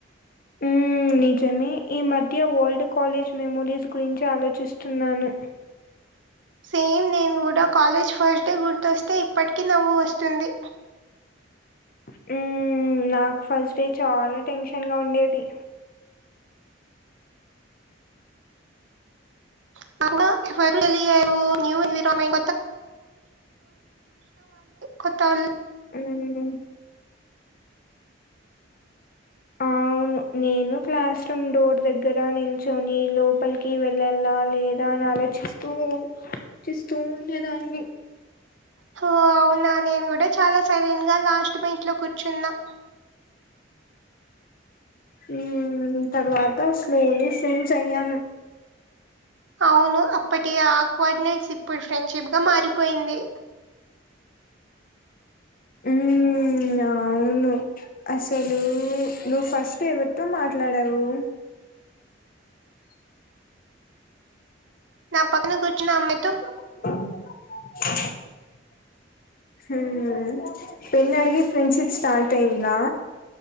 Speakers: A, on the left; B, on the right.
A: ఉమ్ నిజమే ఈ మధ్య ఓల్డ్ కాలేజ్ మెమోరీస్ గురించి ఆలోచిస్తున్నాను
B: సేమ్ నేను కూడా కాలేజ్ ఫస్ట్ డే గుర్తొస్తే ఇప్పటికి నవ్వు వస్తుంది
A: <inaudible> ఉమ్ నాకు ఫస్ట్ డే చాలా టెన్షన్ గా ఉండేది <inaudible>
B: <unintelligible> కొత్తవాళ్లు
A: ఉమ్ అవును నేను క్లాస్ రూం డోర్ దగ్గర నిల్చొని లోపలికి వెళ్ళలా లేదా అని ఆలోచిస్తూ చిస్తూ ఉండే దాన్ని
B: హో అవునా నేను కూడా చాలా సైలెంట్ గా లాస్ట్ ఇంట్లో కూర్చున్నా
A: హమ్ తర్వాత స్లోలీ ఫ్రెండ్ అయ్యాం
B: అవును అప్పటి ఆ కోర్డినేట్స్ ఇప్పుడు ఫ్రెండ్షిప్ గా మారిపోయింది
A: ఉమ్ అవు అవును అసలు నువ్వు ఫస్ట్ ఎవరితో మాట్లాడావు
B: నా పక్కన కూర్చున్న అమ్మాయితో
A: <unintelligible> ఉమ్ పెన్నఅడిగి ఫ్రెండ్షిప్ స్టార్ట్ అయింద